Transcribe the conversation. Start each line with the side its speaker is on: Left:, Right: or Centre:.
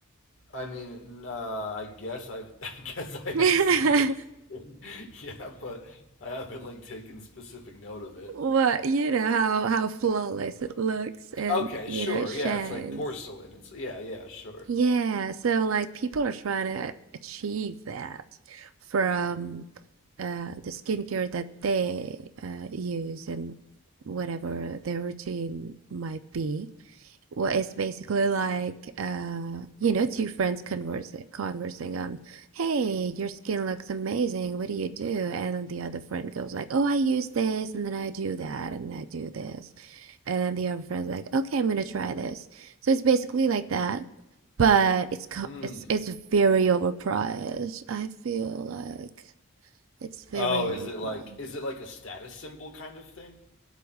Left: I mean, uh, I guess i <laughs> I guess I have
Right: <laughs>
Left: seen their skin, <laughs> Yeah, but I haven't like taken specific note of it.
Right: What you know how how flawless it looks, and
Left: Okay,
Right: you
Left: sure.
Right: know it shines.
Left: Yeah, it's like porcelain. It's yeah, yeah, sure.
Right: Yeah, so like people are trying to achieve that from uh, the skincare that they uh, use and whatever their routine might be. Well, it's basically like uh, you know, two friends conversing conversing on, "Hey, your skin looks amazing. What do you do?" And then the other friend goes like, "Oh, I use this, and then I do that, and I do this." And then the other friend's like, "Okay, I'm gonna try this." So it's basically like that but it's
Left: Mm.
Right: it's it's very overpriced. I feel like it's very
Left: Oh,
Right: overpriced.
Left: is it like is it like a status symbol kind of thing?